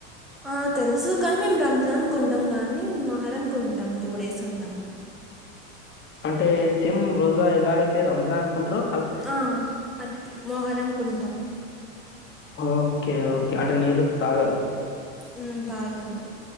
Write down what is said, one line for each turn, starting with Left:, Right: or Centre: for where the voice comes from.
Centre: అ తెలుసు కానీ మేము రంజాన్ ఉండము కానీ మొహరం ఉంటాం టూ డేస్ ఉంటాం.
Left: అంటే సేమ్ రోజా ఎలా అయితే రంజాన్ ఉంటారో
Centre: అ <unintelligible> మోహరం కుంతాం
Left: ఓకే ఓకే అంట్రే నీరు తాగరు.
Centre: ఉం తాగాము.